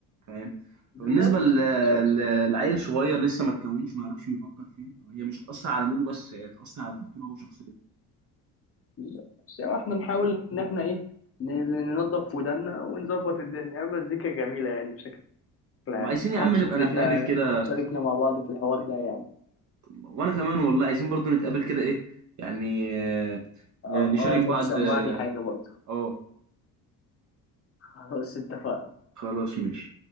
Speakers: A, on the right; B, on the left.
A: فاهم
B: بالظبط
A: فبالنسبة ل-
B: بالظبط
A: ل- لعيل صغير لسه ما اتكونش ما يعرفش بيفكر فين هي مش هتأثر على موده بس هي هتأثر على تفكيره هو شخصيا
B: لا، بس احنا نحاول ان احنا ايه ننظف ودنا ونظبط الدنيا مزيكا جميلة يعني بشكل عام
A: طب عايزين
B: مبسوط
A: يا عم نبقى
B: ان
A: نتقابل
B: احنا
A: كده
B: شاركنا مع بعض في الحوار ده يعني
A: وانا كمان والله عايزين برضو نتقابل كده ايه يعني آه،
B: اه
A: نشارك
B: آه، عشان
A: بعض
B: تسمعني
A: اه
B: حاجة برضه
A: آه،
B: <laughs> خلاص اتفقنا
A: خلاص ماشي